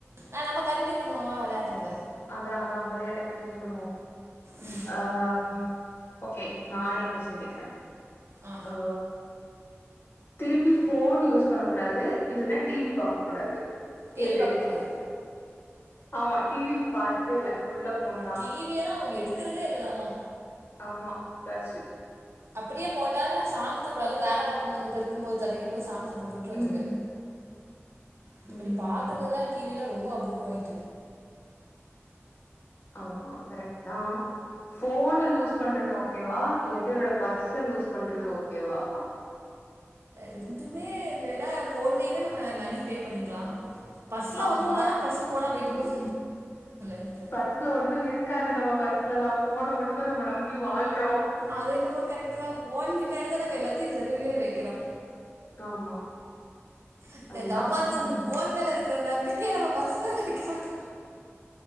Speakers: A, on the right; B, on the left.
A: ஆ நம்ம கண்டினியூ பண்ணுவோ வா வெளாடுறத
B: அதா அதா விளையாட்ட கண்டினியூ பண்ணுவோ
A: ம்
B: ஆம் ஓகே நானே கொஸ்டின் கேக்குறே
A: ஆ
B: அ திருப்பி ஃபோன் யூஸ் பண்ண கூடாது இல்லனா டி வி பாக்க கூடாது
A: டி
B: எது
A: வி பாக்க கூடாது
B: ஆமா டி வி இப்ப பாக்குறதே இல்ல ஃபுல்லா ஃபோன்
A: ம்
B: தா
A: டி வியல்லா அவங்க எடுக்கறதே இல்லதவா
B: ஆமா உட்டாச்சு
A: அப்படியே போட்டாலு நா சாங்ஸ் <unintelligible> அ போட்டுட்டு வந்துருவே
B: ம்
A: மத்தபடி
B: ம்
A: பாக்குறதுல்லா டி வில ரொம்ப அபூர்வோ இது
B: ஆமா கரெக்ட் தா ஃபோனு லூஸ் பண்றது ஓகேவா இல்லாட்டி உன்னோட பர்ஸ லூஸ் பண்றது ஓகேவா
A: ரெண்டுமே <unintelligible> ஃபோன்லயுமே நம்ம மணி பே பண்ணிக்கலா பர்ஸ்ல
B: ஆமா
A: ஒன்னும் இல்லனா பர்ஸ் போனா போயிட்டு போது <unintelligible>
B: பர்ஸ்ல ஒண்ணு இருக்காது நம்ம பர்ஸ்லலா ஃபோன மட்டும்தா நம்ம நம்பி வாழ்றோ
A: அது என்னவோ கரெக்ட்டுதா ஃபோன் பின்னாடிதா நம்ம எல்லாத்தையு சொருவியே வக்கிறோ
B: ஆமா
A: இந்த
B: அதுதா
A: தம்மாத்துன்டு
B: ம்
A: ஃபோன் மேல இருக்கிற நம்பிக்க நம்ம பர்ஸ் மேல <unintelligible>